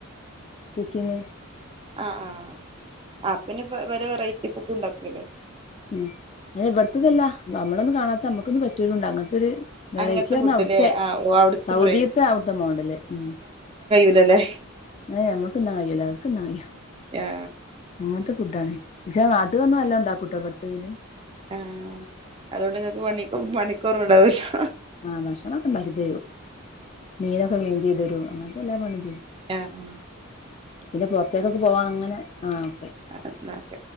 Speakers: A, on the left; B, on the right.
A: കുക്കിംഗ്
B: ആ് ആഹ അപ്പന്നെ പല വെറൈറ്റി ഫുഡ്‌ ഇണ്ടാക്കല്ലോ
A: ഉം ഏ ഇവിടത്തതല്ല നമ്മളൊന്നും കാണാത്ത നമ്മുക്കൊന്നും പറ്റലുണ്ട് അങ്ങൻത്തെരു വെറൈറ്റി
B: അങ്ങനത്തെ
A: പറഞ്ഞാ
B: ഫുഡ്ല്ലേ
A: ഔട്ത്തെ
B: ആഹ് ഓഹ് അവിടുത്തെ
A: സൗദിത്തെ ഔട്ത്തെ മോഡല് ഉം
B: ഇല്ലലെ
A: ഏ നമ്മക്ക് തിന്നാൽ കയ്യൂല അവർക്ക് തിന്നാൻ കയ്യും
B: ആ ഞാ
A: അങ്ങൻ ത്തെ ഫുഡാണ് പക്ഷേ നാട്ട്ല് വന്നാൽ നല്ലോ ഇണ്ടാക്കുട്ടോ ബട്ത്തതില്
B: ആഹ അതുകൊണ്ട് നിങ്ങൾക്ക് പണിക്ക് പണിക്ക് കൊറവുണ്ടാവല്ലോ
A: ആഹ ഭക്ഷണൊക്കെ ഇണ്ടാക്കി തരും മീനൊക്കെ ക്ലീൻ ചെയ്ത് തരും അങ്ങൻ ത്തെ എല്ലാ പണി
B: ആഹ ആഹ
A: പിന്നെ പൊറത്തേക്കൊക്കെ പോവാൻ അങ്ങനെ ആ ഓക്കെ
B: എന്നാ ഓക്കെ.